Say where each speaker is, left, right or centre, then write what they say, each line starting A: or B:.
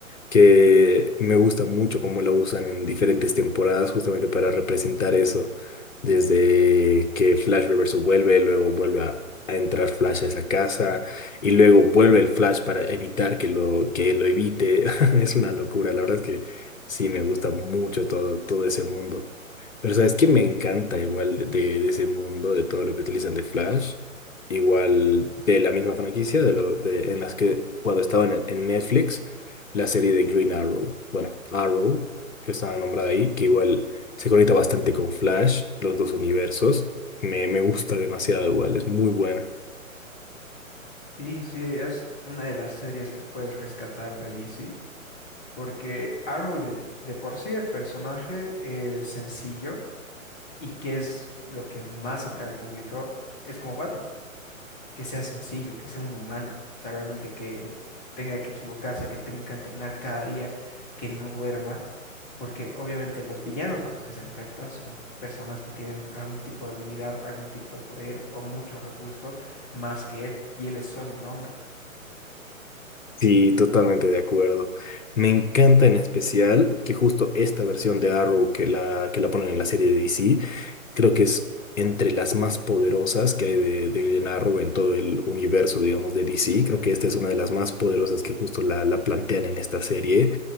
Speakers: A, on the left (about 65°); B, on the left (about 15°).
A: que me gusta mucho cómo lo usan en diferentes temporadas justamente para representar eso, desde que Flash Reverso vuelve, luego vuelve a, a entrar Flash a esa casa y luego vuelve el Flash para evitar que lo, que lo evite. <laughs> Es una locura, la verdad es que sí, me gusta mucho todo, todo ese mundo. Pero sabes que me encanta igual de, de ese mundo, de todo lo que utilizan de Flash, igual de la misma franquicia, de lo, de, en las que cuando estaban en en Netflix la serie de Green Arrow. Bueno, Arrow, que estaba nombrada ahí, que igual se conecta bastante con Flash, los dos universos. Me, me gusta demasiado igual, es muy buena.
B: Sí, sí, es una de las series que puedes rescatar de DC porque Arrow de, de por sí el personaje es sencillo y que es lo que más atrae al público es como Batman. que sea sencillo, que sea un humano, o sea, realmente que tenga que equivocarse, que tenga que entrenar cada día, que no duerma, porque obviamente los villanos a los que se enfrenta son personas que tienen algún tipo de habilidad, algún tipo de poder o muchos recursos más que él, y él es solo un hombre.
A: Sí, totalmente de acuerdo. Me encanta en especial que justo esta versión de Arrow que la, que la ponen en la serie de DC, creo que es entre las más poderosas que hay de, de Arrow en todo el universo, digamos, de DC. Creo que esta es una de las más poderosas que justo la, la plantean en esta serie.